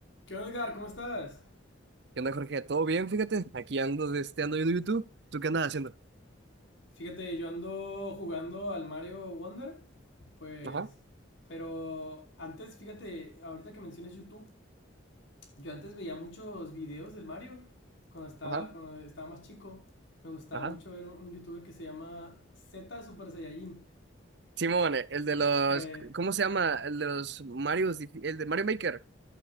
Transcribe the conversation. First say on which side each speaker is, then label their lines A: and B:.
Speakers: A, on the left; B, on the right.
A: ¿Qué onda, Edgar? ¿Cómo estás?
B: ¿Qué onda, Jorge? ¿Todo bien? Fíjate, aquí ando, de este, ando viendo YouTube. ¿Tú qué andas haciendo?
A: Fíjate, yo ando jugando al Mario Wonder, pues...
B: Ajá,
A: Pero antes, fíjate, ahorita que mencionas YouTube, yo antes veía muchos videos del Mario cuando estaba,
B: ajá,
A: cuando estaba más chico. Me gustaba
B: ajá.
A: mucho ver un, un youtuber que se llama Z Super Saiyajin.
B: Simón, eh, el de los,
A: Eh,
B: ¿cómo se llama? El de los Marios, dif- el de Mario Maker.